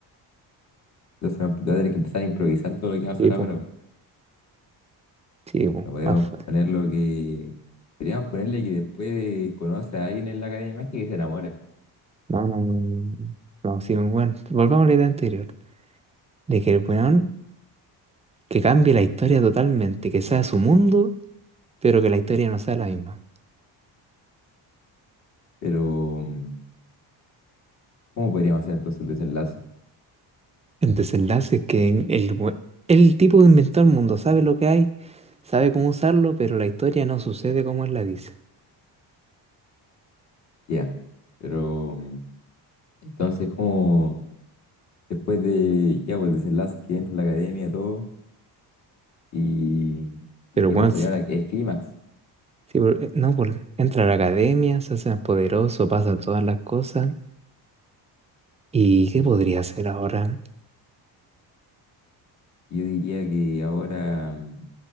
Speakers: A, on the left; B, on the right.
A: Entonces va a tener que empezar a improvisar todo lo que va a pasar
B: Sí, pues,
A: ahora.
B: sí, po,
A: No podemos
B: más fácil.
A: poner lo que. Podríamos ponerle que después conoce a alguien en la Academia de Magia y se enamora.
B: No, no, no. No, no. No, sí, bueno Volvamos a la idea anterior. De que el weón que cambie la historia totalmente, que sea su mundo, pero que la historia no sea la misma.
A: Pero, mm, ¿cómo podríamos hacer entonces el desenlace?
B: El desenlace es que el, we- el tipo inventó el mundo, sabe lo que hay, sabe cómo usarlo, pero la historia no sucede como él la dice.
A: Ya. Pero, mm, entonces, ¿cómo. Después de. Ya, pues el desenlace que entra en la Academia, todo. Y.
B: Pero
A: ¿Y qué
B: Juan,
A: pasaría
B: sí,
A: ahora? que es clímax?
B: por- eh, no, por, entra a la academia, se hace más poderoso, pasa todas las cosas. ¿Y qué podría hacer ahora?
A: Yo diría que ahora mm,